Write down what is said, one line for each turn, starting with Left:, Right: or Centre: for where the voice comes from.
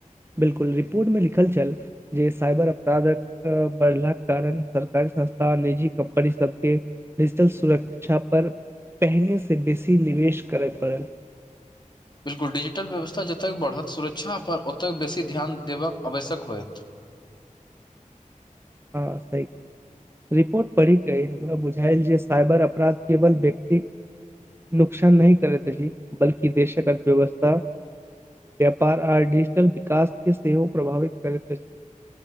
Right: बिलकुल रिपोर्ट मे लिखल छल जे साइबर अपराधक बढ़लाक कारण सरकारी संस्था आ निजी कम्पनी सभ केँ डिजिटल सुरक्षा पर पहिनेसँ बेसी निवेश करय पड़ल
Left: बिल्कुल डिजिटल व्यवस्था जतेक बढ़त सुरक्षापर ओतेक बेसी ध्यान देबऽ आवश्यक होयत
Right: हँ सै रिपोर्ट पढ़िके हमरा बुझाायल जे साइबर अपराध केवल व्यक्ति नुकसान नहि करै अछि बल्की देशक अर्थव्यवस्था व्यापार आ डिजिटल विकास के सेहो प्रभावित करैत अछि